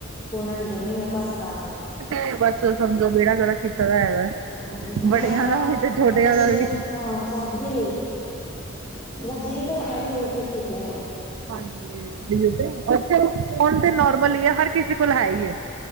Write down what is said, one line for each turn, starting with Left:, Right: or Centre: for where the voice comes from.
Left: ਫੋਨਾਂ ਨੇ ਜਮਾ ਓ ਕਰਤਾ।
Right: ਐ ਬਸ ਸਮਝੋ ਵਿਹੜਾ ਗਰਕ ਕੀਤਾ ਦਾ ਹੈਗਾ।
Left: ਹਾਂਜੀ ਹੁਣ
Right: ਬੜਿਆਂ
Left: ਆਪਾਂ
Right: ਦਾ ਵੀ ਤੇ ਛੋਟਿਆਂ
Left: ਬੱਚੇ
Right: ਦਾ
Left: ਨੂੰ
Right: ਵੀ
Left: ਹਾਂ ਸਭਦੀ ਬਸ ਜਿਦੇ ਕੋਲ ਹੈ ਨਈ ਉਹੀ ਠੀਕ ਹੈ।
Right: ਹਾਂਜੀ ਫੋਨ ਤੇ ਨੋਰਮਲ ਈ ਹੈ ਹਰ ਕਿਸੇ ਕੋਲ ਹੈ ਈ ਐ।